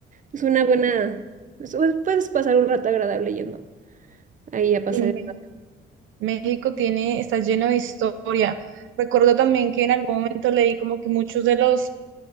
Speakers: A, on the right; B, on the right.
A: es una buena... es- Puedes pasar un rato agradable yendo ahí a pasar
B: Dime.
A: el rato
B: México tiene, está lleno de historia. Recuerdo también que en algún momento leí como que muchos de los